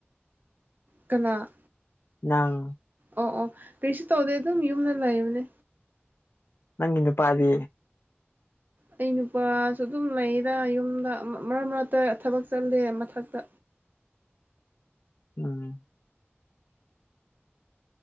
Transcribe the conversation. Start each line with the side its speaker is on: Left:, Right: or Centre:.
Right: ꯀꯅꯥ
Left: ꯅꯪ
Right: ꯑꯣ ꯑꯣ ꯀꯔꯤꯁꯨ ꯇꯧꯗꯦ ꯑꯗꯨꯝ ꯌꯨꯝꯗ ꯂꯩꯕꯅꯦ
Left: ꯅꯪꯒꯤ ꯅꯨꯄꯥꯗꯤ
Right: ꯑꯩ ꯅꯨꯄꯥꯁꯨ ꯑꯗꯨꯝ ꯂꯩꯗ ꯌꯨꯝꯗ ꯃꯔꯛ ꯃꯔꯛꯇ ꯊꯕꯛ ꯆꯠꯂꯦ ꯃꯊꯛꯇ
Left: ꯎꯝ